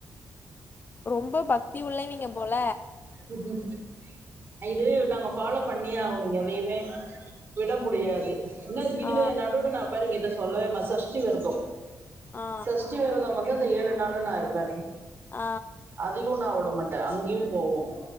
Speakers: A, on the left; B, on the right.
A: ரொம்ப பக்தி உள்ளவிங்கெ போல
B: <unintelligible> அ இது நாங்க ஃபாலோ பண்ணி அவனு எதையுமே விட முடியாது என்ன
A: ஆ
B: இதுல நடுவுல நா பாருங்க இத சொல்லவே மா சஷ்டி வெரத
A: ஆ
B: சஷ்டி வெரத வந்து அந்த ஏழு நாளு நா இருப்பே
A: ஆ
B: அதையு நா விட மாட்டே அங்கயு போவோ